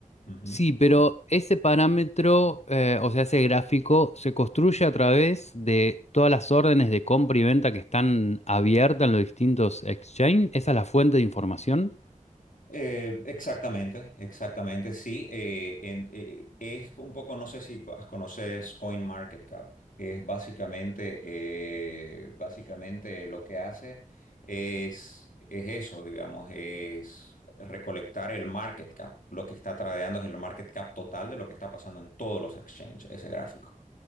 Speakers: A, on the left; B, on the left.
A: Ujú.
B: sí, pero ese parámetro, eh, o sea, ese gráfico, se construye a través de todas las órdenes de compra y venta que están abiertas en los distintos exchanges. ¿Esa es la fuente de información?
A: Eh, exactamente, exactamente, sí. eh, en- eh, es un poco, no sé si co- conoces CoinMarketCap. Es básicamente, eh, básicamente lo que hace es, es eso, digamos, es recolectar el market cap. Lo que está tradeando es el market cap total de lo que está pasando en todos los exchanges, ese gráfico.